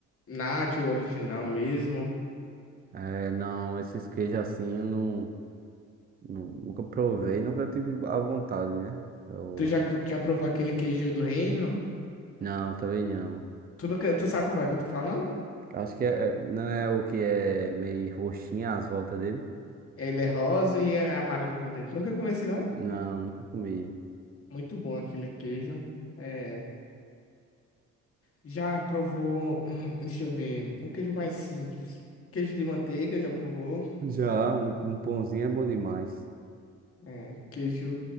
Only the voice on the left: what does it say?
nacho, o original mesmo?
Tu já cu- já provou aquele queijo do reino?
Tu nunca, tu sabe qual é que eu tô falando?
Ele é rosa e é amarelo por dentro. Nunca comi esse não?
Muito bom aquele queijo. É, já provou, <clears throat> deixa eu ver, um queijo mais simples. Queijo de manteiga, já provou?
É, queijo